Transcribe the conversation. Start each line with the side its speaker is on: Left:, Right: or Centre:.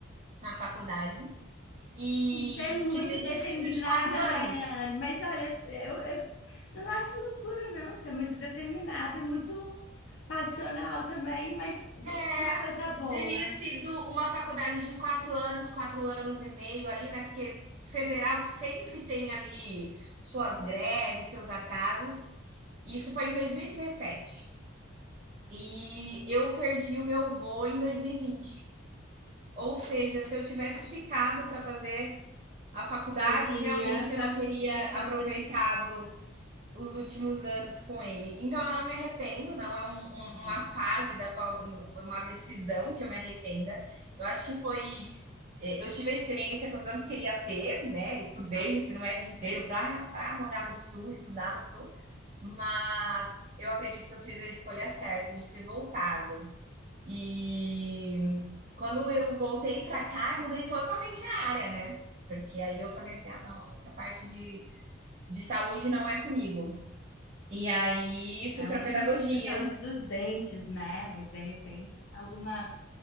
Right: a faculdade e
Left: Você é muito
Right: que teria
Left: determinada,
Right: sido de quatro anos.
Left: Rayane. Mas olha, eu, eu não acho loucura, não. Você é muito determinada, é muito passional também, mas uma
Right: É,
Left: coisa boa.
Right: teria sido uma faculdade de quatro anos, quatro anos e meio ali, né? Porque federal sempre tem ali suas greves, seus atrasos. Isso foi em 2017. E eu perdi o meu voo em 2020. Ou seja, se eu tivesse ficado para fazer a faculdade,
Left: E
Right: realmente
Left: a partir
Right: eu não teria aproveitado
Left: quando você tiver.
Right: os últimos anos com ele. Então eu não me arrependo, não é um, um, uma
Left: assim,
Right: fase da qual, uma decisão que eu me arrependa. Eu acho que foi eh, eu tive a experiência que eu tanto queria ter, né? Estudei o ensino médio inteiro para morar no sul, estudar no sul, mas eu acredito que eu fiz a escolha certa de ter voltado. E quando eu voltei para cá, eu mudei totalmente a área, né? Porque aí eu falei assim: ah, não, essa parte de, de saúde não é comigo. E aí
Left: Não
Right: fui para pedagogia.
Left: da saúde dos dentes, né? Mas de repente, alguma,